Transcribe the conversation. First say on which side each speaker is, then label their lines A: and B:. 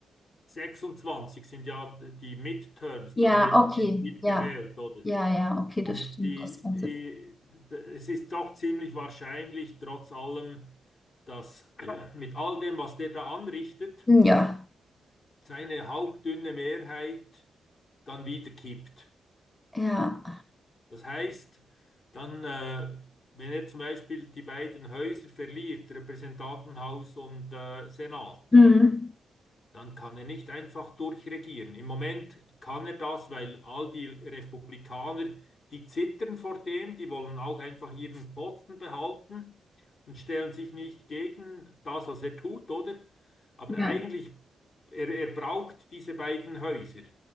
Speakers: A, on the left (about 50°); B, on the left (about 20°).
A: 26 sind ja die Midterms,
B: Ja,
A: dann wird
B: okay,
A: wird wieder
B: ja,
A: gewählt, oder?
B: ja, ja, okay,
A: Und
B: das stimmt,
A: die,
B: das Ganze.
A: die, es ist doch ziemlich wahrscheinlich, trotz allem, dass äh, mit all dem, was der da anrichtet,
B: Ja,
A: seine hauchdünne Mehrheit dann wieder kippt.
B: ja,
A: Das heißt, dann, äh, wenn er zum Beispiel die beiden Häuser verliert, Repräsentantenhaus und äh, Senat,
B: mhm.
A: dann kann er nicht einfach durchregieren. Im Moment kann er das, weil all die Republikaner, die zittern vor dem, die wollen auch einfach ihren Posten behalten und stellen sich nicht gegen das, was er tut, oder? Aber
B: Ja,
A: eigentlich, er, er braucht diese beiden Häuser,